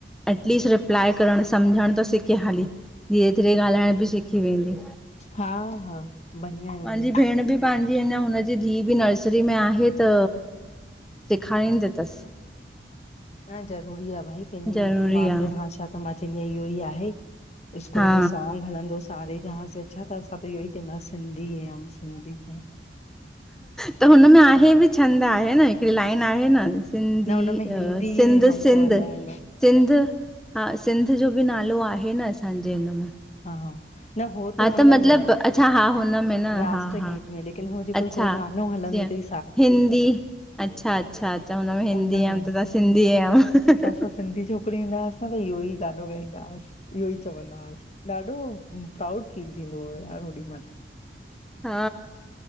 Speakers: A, in the centre; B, on the left.
A: एटलीस्ट रिप्लाए करण सम्झण त सिखे हली धीरे धीरे ॻाल्हाइण बि सिखी वेंदी।
B: हा हा। बढ़िया आहे
A: पाँजी
B: भाई
A: भेण बि। पाँजी अञा हुनजी धी बि नर्सरी में आहे त सेखारींदी थस।
B: न ज़रूरी आ भई पेंजी
A: ज़रूरी
B: मातृभाषा।
A: आहे
B: त मां चवंदी आ इहो ई आहे स्कूल
A: हा
B: में सॉन्ग हलंदस। सारे जँहा से अच्छा त असां त इहो ई चवंदा सिंधी है हम सिंधी है।
A: त हुनमें आहे बि छंद आहे न हिकड़ी लाइन आहे न। सिंधी
B: न हुनमें हिंदी
A: अ सिंध
B: है हम
A: सिंध।
B: चवंदा आहिनि
A: सिंध हा सिंध जो बि नालो आहे न असांजे हिन में।
B: हा हा। न हो
A: हा
B: त हुन
A: मतिलबु
B: में
A: अच्छा हा हुन में न
B: राष्ट्र
A: हा हा
B: गीत में लेकिन हो जेको
A: अच्छा
B: हेकड़ो गानो हलंदो
A: जीअं
B: थई।
A: हिंदी अच्छा अच्छा अच्छा हुन में हिंदी
B: उनमें
A: आयम त तां सिंधी हुयम।
B: त असां सिंधी छोकरी हूंदा हुआस न त इहो ई गानो गाईंदांस इहो चवंदास्। ॾाढो प्राउड फील थींदो हो यार होॾी मल।
A: हा